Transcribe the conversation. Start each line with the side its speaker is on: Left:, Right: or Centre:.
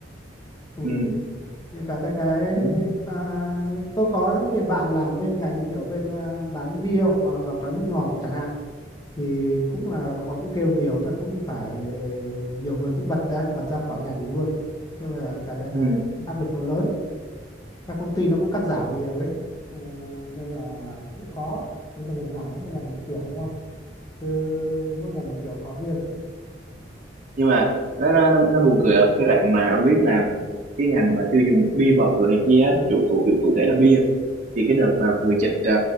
Left: ừ.
Right: ừ
Left: như cái cái cái
Right: ừ
Left: à, tôi có những người bạn làm bên ngành như kiểu bên à, bán bia hoặc mà hoặc là nước ngọt chẳng hạn thì cũng là cũng kêu nhiều tức là cũng phải nhiều người cũng bật ra bật ra khỏi ngành luôn tức là cái cái
Right: ừ.
Left: cái áp lực nó lớn các công ty nó cũng cắt giảm nhiều ấy Ờ, nên là cũng khó nhưng mà ngành nào cũng mỗi ngành một kiểu đúng không chứ mỗi ngành một kiểu khó riêng
Right: nhưng mà nó nó nó, nó buồn cười ở cái đoạn mà ông biết là cái ngành mà tiêu dùng bia bọt rồi này kia á, chủ cụ cụ thể là bia thì cái đợt mà vừa dịch à,